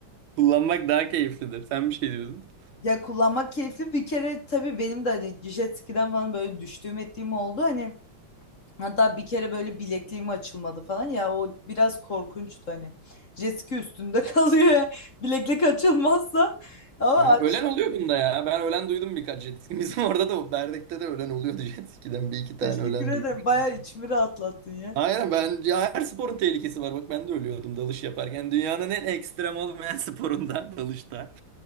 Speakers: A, on the right (about 80°); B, on the left (about 40°).
A: kullanmak daha keyiflidir. Sen bir şey diyordun.
B: Ya kullanmak keyifli bir kere tabii benim de hani jet ski'den falan böyle düştüğüm ettiğim oldu hani Hatta bir kere böyle bilekliğim açılmadı falan ya o biraz korkunçtu hani. Jessica üstünde <laughs> kalıyor ya. Bileklik açılmazsa ama
A: Yani
B: açtım.
A: ölen oluyor bunda ya. Ben ölen duydum birkaç jet ski. <laughs> Bizim orada da Berdek'te de ölen oluyordu jet ski'den. Bir iki tane
B: Teşekkür
A: ölen
B: ederim.
A: duymuş.
B: Bayağı içimi rahatlattın ya.
A: Aynen ben ya her sporun tehlikesi var. Bak ben de ölüyordum dalış yaparken. Dünyanın en ekstrem olmayan sporunda <laughs> dalışta.